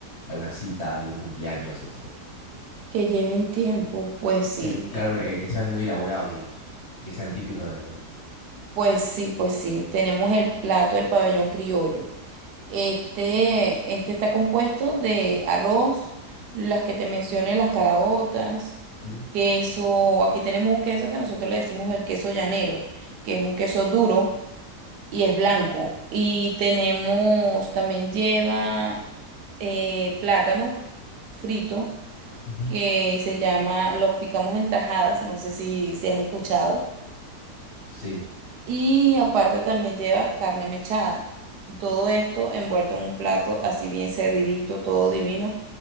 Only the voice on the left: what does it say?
alguna cita, algún cumpleaños, etc.
Eh, claro, eh, que sean muy elaborados, digamos, que sean típicos de Venezuela.
Ujú,
ujú,
Sí.